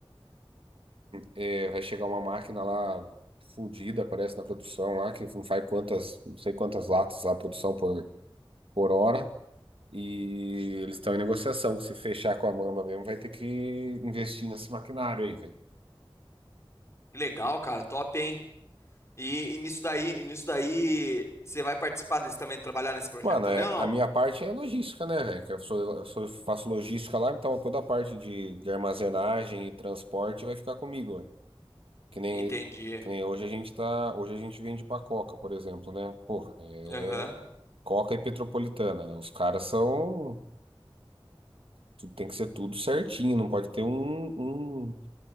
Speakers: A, on the right (about 75°); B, on the left (about 30°).
A: é, vai chegar uma máquina lá fudida, parece, na produção lá, que não faz quantas, não sei quantas latas lá, produção por, por hora, e eles estão em negociação, que se fechar com a Mamba mesmo, vai ter que investir nesse maquinário aí, velho.
B: Que legal, cara, top, hein? E, e nisso daí, e nisso daí, você vai participar deles também, trabalhar nesse projeto
A: Mano,
B: também
A: é,
B: ou
A: a
B: não?
A: minha parte é logística, né, velho? Que eu sou, eu sou- faço logística lá, então toda a parte de, de armazenagem e transporte vai ficar comigo, velho. Que nem,
B: Entendi.
A: que nem hoje a gente tá. Hoje a gente vende pra Coca, por exemplo, né? Porra, é
B: Aham.
A: Coca e Petropolitana. né? Os caras são. tu- Tem que ser tudo certinho, não pode ter um, um,